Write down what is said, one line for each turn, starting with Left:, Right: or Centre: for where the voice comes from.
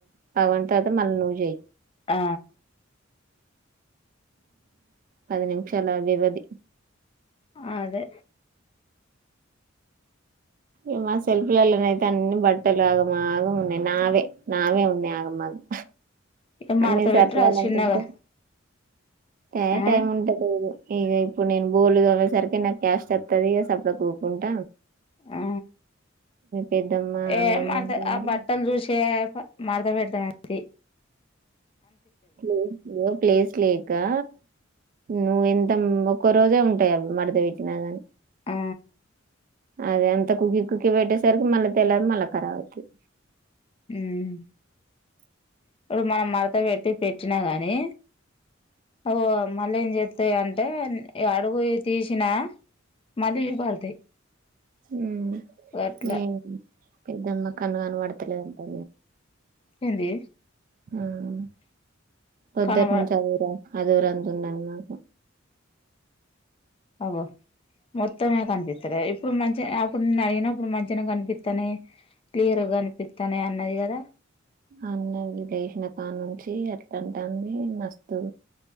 Right: పగవన్ తర్త మళ్ళ నువ్వు చేయి
Left: ఆ
Right: పది నిమిషాలభివధి
Left: అదే
Right: ఏమా సెల్ఫీలలోన అయితే అన్ని బట్టలు ఆగమాగం ఉన్నాయి నావే నావే ఉన్నాయి ఆగమాగం
Left: ఇగ మడత
Right: అన్ని సర్దాలి
Left: పెట్టరాదు చిన్నగా
Right: అనుటుంటే ఏ
Left: ఆ
Right: టైమ్ ఉంట లేదు ఇక ఇప్పుడు నేను గొడ్లు తోమే సరికి నాకు క్యాస్ట్ అస్తది ఇక సర్దక ఊరుకుంట
Left: ఆ
Right: పెద్దమ్మ
Left: ఏ
Right: అన్నం
Left: మా
Right: తింటుంది
Left: ఆ బట్టలు చూసా మార్ద పెడతామంది
Right: ప్లేస్ లో ప్లేస్ లేక్ ఇంకా నువ్వు ఎంత ఒక్కో రోజే ఉంటాయవి మడత పెట్టినా కాని
Left: ఆ
Right: అదే అంత కుకి కుక్కి పెట్టేసరికి మళ్ళీ తెలదు మళ్ళా ఖరా అవుతది
Left: మ్మ్ ఇప్పుడు మనం మరత పెట్టి పెట్టినా గాని ఓ మళ్ళీ ఏం చెప్తాయి అంటే అడుగువి తీసినా మళ్ళీ పడతాయి
Right: మ్మ్
Left: అట్లా
Right: ఏం పెద్దమ్మ కన్న కన పడతలేదంటా
Left: ఏంది
Right: హ్మ్ పొద్దుటి
Left: కనబ
Right: నుంచి చదివిరా అదురంత ఉండాలి మాకు
Left: పావొ మొత్తమే కనిపిస్తంది ఇప్పుడు మంచి అప్పుడు నేను అడిగినప్పుడు మంచిగా కనిపిస్తానాయి క్లియర్ గా అనిపిస్తన్నాయి అన్నది కదా
Right: అన్న విదషిన కా నుంచి అట్లాంటి అంది మస్తు